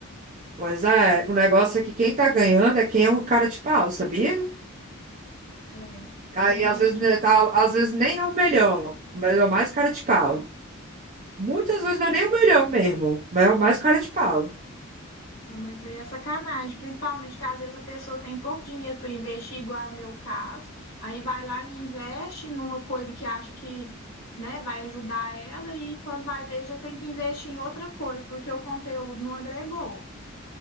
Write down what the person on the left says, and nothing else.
É,
tem
gente
que.
É, mas aí é sacanagem. Principalmente que às vezes a pessoa tem pouco dinheiro para investir, igual é o meu caso. Aí vai lá e investe numa coisa que acha que. Né, vai ajudar ela e quando vai ver já tem que investir em outra coisa, porque o conteúdo não agregou.